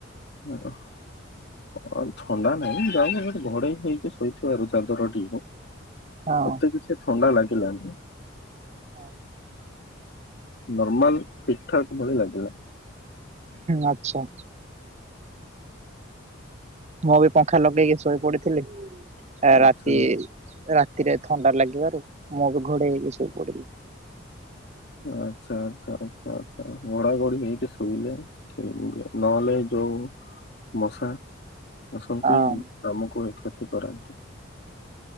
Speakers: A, on the left; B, on the right.
A: ହଁ। ହଁ ଥଣ୍ଡା ନାହିଁ ଜଷ୍ଟ ମୁଁ ଗୋଟେ ଘୋଡେଇ ହେଇକି, ଶୋଇଥିବାରୁ ଚାଦର ଟି
B: ହଁ।
A: ଏତେ କିଛି ଥଣ୍ଡା ଲାଗିଲାନି
B: ହଁ।
A: ନର୍ମାଲ ଠିକ୍ ଠାକ୍ ଭଳି ଲାଗିଲା।
B: ଆଚ୍ଛା। ମୁଁ ବି ପଙ୍ଖା ଲଗେଇକି ଶୋଇ ପଡିଥିଲି। ଆ ରାତି
A: ଆଚ୍ଛା
B: ରାତିରେ ଥଣ୍ଡା ଲାଗିବାରୁ ମୁହଁକୁ, ଘୋଡେଇ ହେଇକି ଶୋଇ ପଡିଲି
A: ଆଚ୍ଛା, ଆଚ୍ଛା, ଆଚ୍ଛା, ଆଚ୍ଛା ଘୋଡାଘୋଡ଼ି ହେଇକି ଶୋଇଲେ ଠିକ୍ ନହଲେ ଏ ଯୋ ଯୋଉ ମଶା ଆସନ୍ତି
B: ହଁ
A: ଆମକୁ ଏହି କ୍ଷତି କରାନ୍ତି।